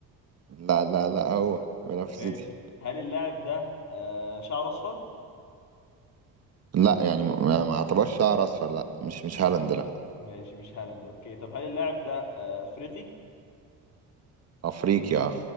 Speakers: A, on the right; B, on the left.
A: لا لا لا هو
B: <laughs>
A: بيلعب في
B: ماشي
A: السيتي
B: هل اللاعب ده آه شعره اصفر
A: لا يعني ما ما اعتبرش شعر اصفر لا مش مش هالاند لا
B: ماشي مش هالاند اوكي طب هل اللاعب ده آه، افريقي
A: افريقي اه